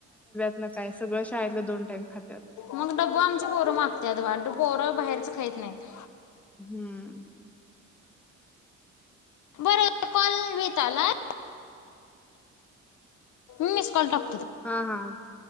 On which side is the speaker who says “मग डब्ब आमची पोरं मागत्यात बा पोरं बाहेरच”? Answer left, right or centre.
Left